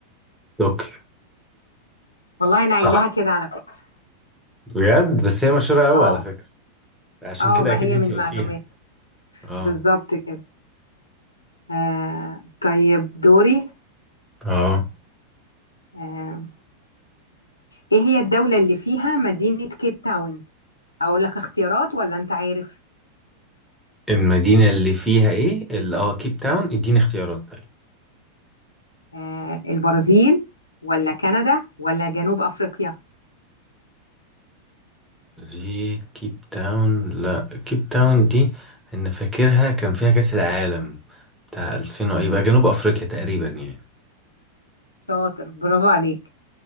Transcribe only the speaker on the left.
والله انا
قايلاها كده على فكرة
اه
اه
ما
هي
من
معلومات
بالظبط كده آه طيب دوري
آه ايه هي الدولة اللي فيها مدينة كيب تاون اقول لك اختيارات ولا انت عارف
آه البرازيل ولا كندا ولا جنوب افريقيا
شاطر برافو عليك